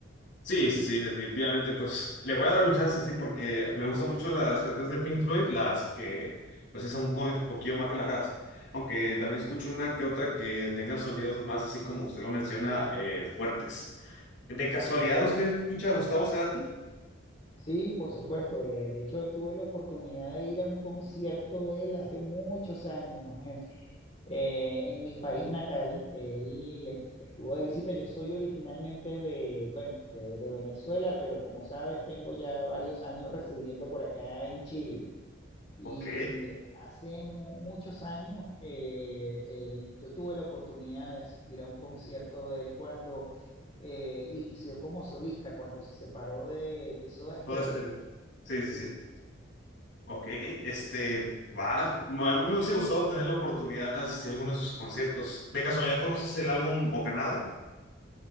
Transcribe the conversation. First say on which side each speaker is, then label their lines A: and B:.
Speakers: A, on the left (about 65°); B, on the left (about 30°).
A: Sí, sí, sí, definitivamente, pues le voy a dar un chance, sí, porque me gustan mucho las canciones de Pink Floyd, las que, pues sí, son como un poquillo más relajadas, aunque también escucho una que otra que tenga sonidos más, así como usted lo menciona, eh, fuertes. ¿De casualidad
B: Claro.
A: usted escucha a Gustavo Cerati?
B: Sí, por supuesto. eh, de hecho, tuve la oportunidad de ir a un concierto de él hace muchos años <laughs> eh, en mi país natal. Él est- estuvo de visita. Yo soy originalmente de, bueno, de, de Venezuela, pero como sabes, tengo ya varios años residiendo por acá en Chile. Y
A: Ok,
B: hace mu- muchos años eh, él- yo tuve la oportunidad de asistir a un concierto de él cuando eh, inició como solista, cuando se separó de, de Soda Stereo.
A: todo estéreo. Sí, sí,
B: Sí,
A: sí. Ok, este, va, me- a mí me hubiese gustado tener la oportunidad de asistir a algunos de sus conciertos. ¿De casualidad conoces el álbum Bocanada?